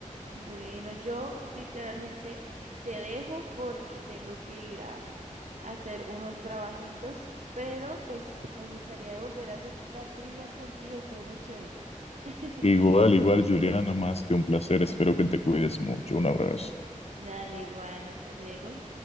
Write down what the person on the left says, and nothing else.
Igual, igual, Juliana, más que un placer. Espero que te cuides mucho. Un abrazo.